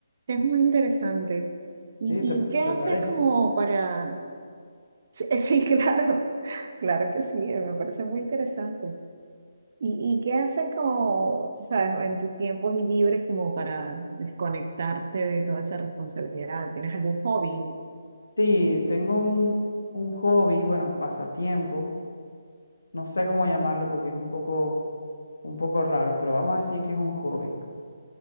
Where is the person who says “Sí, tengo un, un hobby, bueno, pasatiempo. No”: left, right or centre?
Left